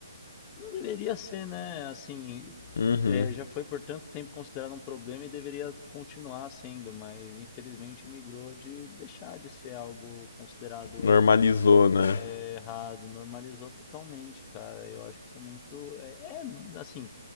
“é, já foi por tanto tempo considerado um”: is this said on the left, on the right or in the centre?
Left